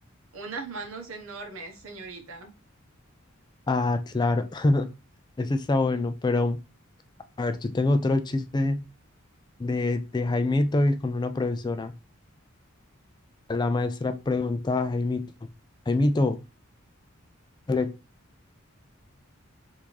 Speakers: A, on the right; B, on the left.
A: Unas manos enormes, señorita.
B: Ah, claro. <laughs> Ese está bueno,
A: <laughs>
B: pero a ver, yo tengo otro chiste de, de Jaimito y con una profesora. La maestra preguntaba a Jaimito, Jaimito, ¿cuál es